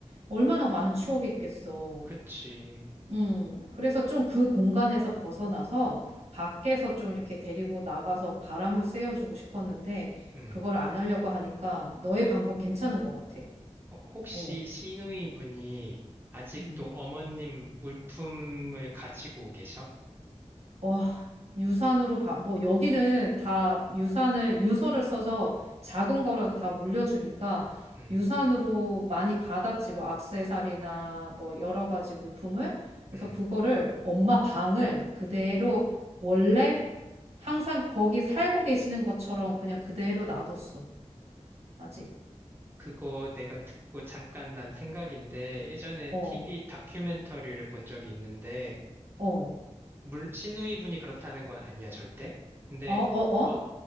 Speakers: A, on the right (about 65°); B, on the right (about 20°).
A: 얼마나 많은 추억이 있겠어.
B: 그치.
A: 음, 그래서
B: 혹,
A: 좀 그 공간에서 벗어나서 밖에서 좀 이렇게 데리고 나가서 바람을 쐬어주고 싶었는데
B: 음.
A: 그걸 안 하려고 하니까 너의 방법 괜찮은 것 같아.
B: 어, 혹시
A: 어,
B: 시누이분이 아직도
A: 음.
B: 어머님 물품을 가지고 계셔?
A: 와, 유산으로 봐, 뭐, 여기는 다 유산을, 유서를 써서 작은 거라도 다 물려주니까
B: 음,
A: 유산으로 많이 받았지, 뭐, 악세사리나 뭐, 여러 가지 물품을. 그래서
B: 음.
A: 그거를 엄마 방을 그대로 원래 항상 거기 살고 계시는 것처럼 그냥 그대로 놔뒀어, 아직.
B: 그거 내가 듣고 잠깐 난 생각인데 예전에
A: 어,
B: TV 다큐멘터리를 본 적이 있는데
A: 어,
B: 물 시누이 분이 그렇다는 건 아니야 절대. 근데
A: 어, 어, 어?
B: 어,